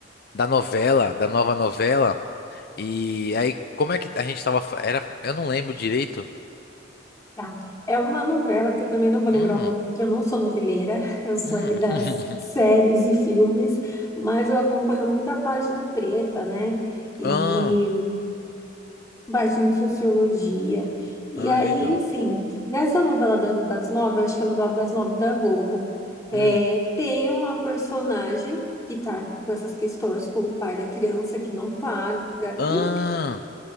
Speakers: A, on the left; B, on the left.
A: da novela, da nova novela. E aí, como é que a gente tava, fa- era, eu não lembro direito.
B: Tá. É uma novela que eu também não vou lembrar
A: Hum.
B: o nome, porque eu não sou noveleira, eu sou
A: Hum.
B: ali das
A: <laughs>
B: séries e filmes, mas eu acompanho muita página preta, né? E
A: Ah,
B: página de sociologia. E
A: ah,
B: aí,
A: legal.
B: enfim, nessa novela das, das nove, eu acho que é a novela das nove da Globo, é,
A: Hum.
B: tem uma personagem que tá com essas questões com o pai da criança que não paga,
A: Ah,
B: e